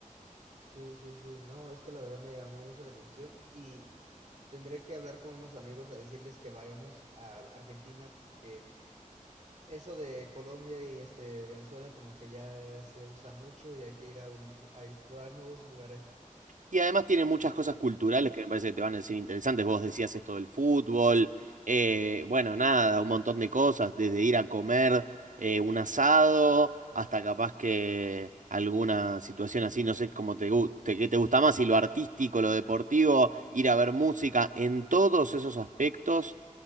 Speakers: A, on the right (about 50°); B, on the right (about 65°).
A: Sí, sí, sí. No, es que la verdad me llamó mucho la atención y tendré que hablar con unos amigos a decirles que vayamos a Argentina porque eso de Colombia y este Venezuela como que ya se usa mucho y hay que ir a, un lu- a explorar nuevos lugares.
B: Y además tiene muchas cosas culturales que me parece que te van a decir interesantes. Vos decías esto del fútbol, eh, bueno, nada, un montón de cosas, desde ir a comer eh, un asado hasta capaz que alguna situación así, no sé cómo te, gu- te- qué te gusta más, si lo artístico, lo deportivo, ir a ver música, en todos esos aspectos